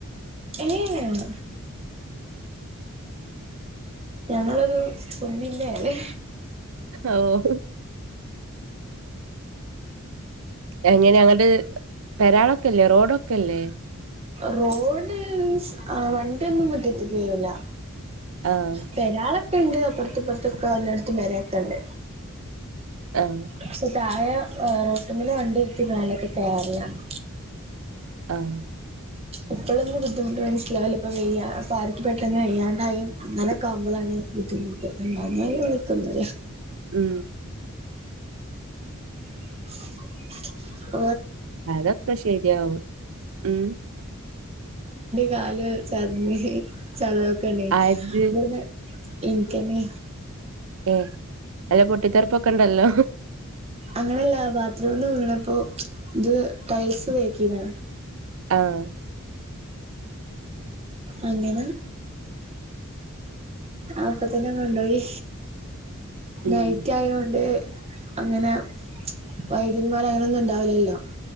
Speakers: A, on the right; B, on the right.
A: ഏഹ് ഞങ്ങളൊരു കുന്നിന്റെ മേലെ
B: ആഹ് എങ്ങനെ അങ്ങട് പരാളൊക്കെല്ലേ റോഡ്ക്കെല്ലേ?
A: റോഡ് ആഹ് വണ്ടിയൊന്നും മിറ്റത്ത് കേറുല
B: ആഹ്
A: പരാളൊക്കെ ഉണ്ട് അപ്പുറത്ത്പ്പുറത്തൊക്കെ എല്ലായിടത്തും പരൊക്കെ ഉണ്ട്
B: ആഹ്
A: പക്ഷെ താഴെ റോഡ് മേൽ വണ്ടി നീരുത്തി മേലോട്ട് കേറലാണ്
B: ആഹ്
A: ഇപ്പോഴൊന്നും ബുദ്ധിമുട്ട് മനസ്സിലാവുല്ല ഇപ്പോ വെയ്യ അപ്പ ആർക്ക് പെട്ടെന്ന് വെയ്യാണ്ടായ അങ്ങനെ ഒക്കെ ആമ്പോളാണ് ബുദ്ധിമുട്ട് അല്ലാതെ വേറെ കുഴപ്പൊന്നുമില്ല
B: മ്ഹ്
A: <inaudible> <unintelligible>
B: അതൊക്കെ ശെരിയാവും ഉം
A: കാല് ചതാഞ് ചതാവൊക്കെണ്ടണ്ടേനി
B: അത്
A: <unintelligible> ഇൻക്ക്ന്നെ
B: ആഹ് അല്ല പൊട്ടിത്തെറിപ്പൊക്കെ ഉണ്ടല്ലോ
A: അങ്ങനെയല്ല ബാത്റൂമീന്ന് വീണപ്പോ ഇത് ടൈൽസ് വേക്കീനാ
B: ആഹ്
A: അങ്ങനെ ആപ്പ തന്നെ കൊണ്ടോയി
B: ഉം
A: നൈറ്റ് ആയോണ്ട് അങ്ങനെ വൈദ്യന്മാർ അങ്ങനെൊന്നും ഉണ്ടാവില്ലല്ലോ?